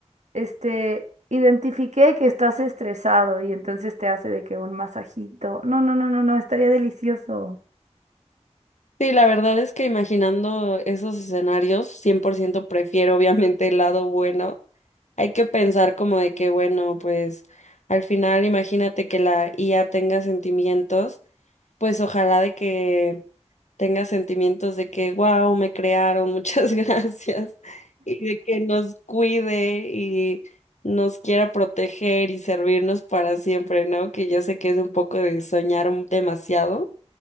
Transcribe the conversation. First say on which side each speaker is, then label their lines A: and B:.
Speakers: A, on the right; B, on the left.
A: este, identifiqué que estás estresado y entonces te hace de que un masajito. No, no, no, no, no, estaría delicioso.
B: Sí, la verdad es que imaginando esos escenarios, 100% prefiero obviamente el lado bueno. Hay que pensar como de que, bueno, pues al final imagínate que la IA tenga sentimientos pues ojalá de que tenga sentimientos de que, wow, me crearon, muchas <laughs> gracias, y de que nos cuide y nos quiera proteger y servirnos para siempre, ¿no? Que yo sé que es un poco de soñar demasiado,